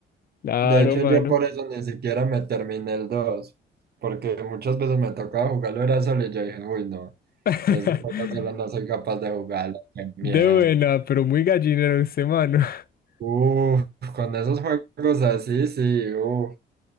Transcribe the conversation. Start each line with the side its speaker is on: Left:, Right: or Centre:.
Left: Claro,
Right: De hecho,
Left: mano.
Right: yo por eso ni siquiera me terminé el dos porque muchas veces me tocaba jugarlo era solo y yo dije, uy, no,
Left: <laughs>
Right: yo este juego solo no soy capaz de jugarlo, qué miedo.
Left: De buena, pero muy gallinero ese mano. <laughs>
Right: Uf, con esos juegos así, sí, uf.